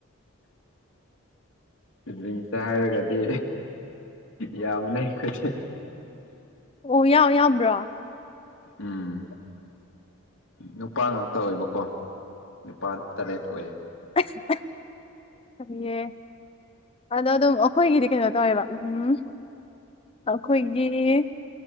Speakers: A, on the left; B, on the left.
A: ꯁꯤꯕꯂꯤꯡꯁꯇꯥ ꯍꯥꯏꯔꯒꯥꯗꯤ ꯌꯥꯝꯕꯅꯦ ꯑꯩꯈꯣꯏꯗꯤ
B: ꯑꯣ ꯌꯥ ꯌꯥꯝꯕ꯭ꯔꯥ
A: ꯎꯝ ꯅꯨꯄꯥ ꯉꯥꯛꯇ ꯑꯣꯏꯕꯀꯣ ꯅꯤꯄꯥꯜ ꯇꯔꯦꯠ ꯑꯣꯏ
B: <unintelligible> ꯐꯌꯦ ꯑꯗꯣ ꯑꯗꯨꯝ ꯑꯩꯈꯣꯏꯒꯤꯗꯤ ꯀꯩꯅꯣ ꯇꯧꯋꯦꯕ ꯎꯝ ꯑꯩꯈꯣꯏꯒꯤ